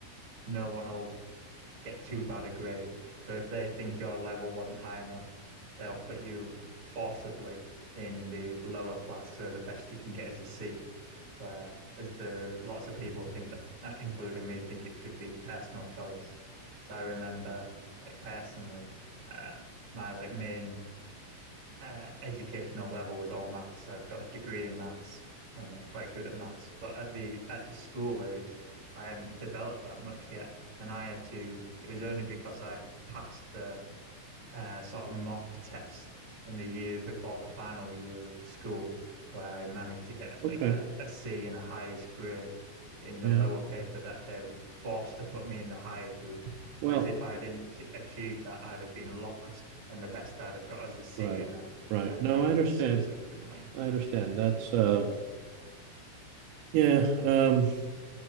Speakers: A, on the right (about 30°); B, on the right (about 80°).
A: no one will get too bad a grade. So if they think your level wasn't high enough, they'll put you forcibly in the lower class. So the best you can get is a C. Where as the lots of people think that, uh, including me, think it should be personal choice. So I remember, like personally, uh, my like main uh, educational level was all maths. So I've got a degree in maths, and I'm like quite good at maths. But at the at the school age, I hadn't developed that much yet, and I had to. It was only because I passed the uh, sort of mock test in the year before the final year of school, where I managed to get
B: Okay.
A: like a, a C in the highest grade in the
B: Yeah.
A: lower paper that they were forced to put me in the higher group.
B: Well,
A: Whereas if I didn't achieve that, I'd have been locked, and the best I'd have got is a C
B: right.
A: and a,
B: Right.
A: and
B: No,
A: like
B: I understand.
A: subsequently,
B: I understand. That's uh yeah, um